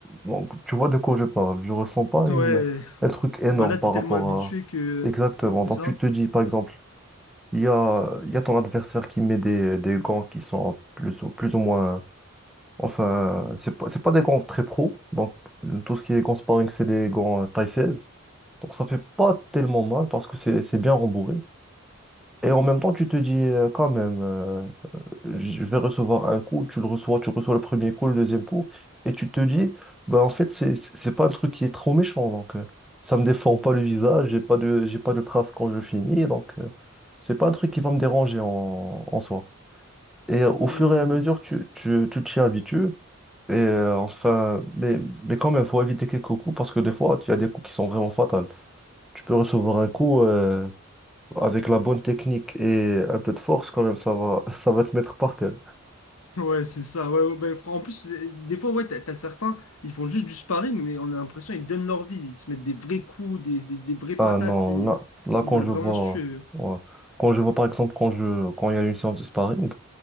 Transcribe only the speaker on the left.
Ouais.
<laughs>
Bah là,
t'es tellement
habitué
que...
C'est
ça?
Hmm.
Ouais, c'est ça. Ouais, ouais, bah, fr- en plus, c'est- des fois, ouais, t'as, t'as certains, ils font juste du sparring, mais on a l'impression qu'ils donnent leur vie. Ils se mettent des vrais coups, des, des, des vraies
patates.
Ils,
ils
veulent
vraiment
se tuer. eux.